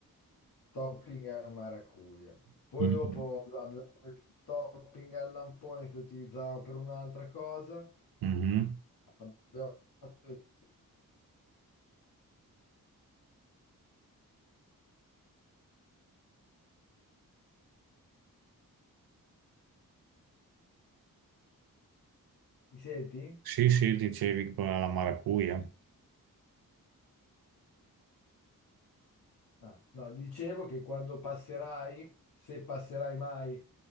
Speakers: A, on the left; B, on the right.
A: Topping alla maracuja. Poi
B: Mm.
A: dopo abbiamo il topping al lampone che utilizzavamo per un'altra cosa.
B: Mhm.
A: Abbiamo fatto il- Mi senti?
B: Sì, sì, dicevi quella alla maracuja.
A: Ah, no, dicevo che quando passerai, se passerai mai